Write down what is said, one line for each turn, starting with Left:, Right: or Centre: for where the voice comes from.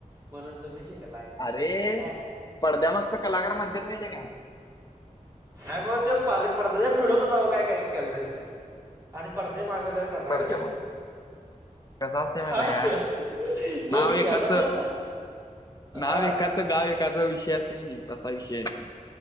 Right: म्हणून तुम्ही शिकलाय
Left: अरे
Right: काय
Left: पडद्यामागचा कलाकार म्हणत्यात माहिती आहे काय?
Right: अ मग ते पर पद्याच्या पुढच होता काय काय केल नाही की आणि पडद्याच्या मागे गेल्यावर करणार
Left: पडद्यामाग
Right: व्हय तो?
Left: कसा असते माहितीय
Right: हा
Left: काय
Right: का बोल
Left: नाव
Right: की
Left: एकाच
Right: आता बोल
Left: नाव
Right: हा
Left: एकाचं गाव एकाचा विषय असा नाही तसा विषय आहेेत तो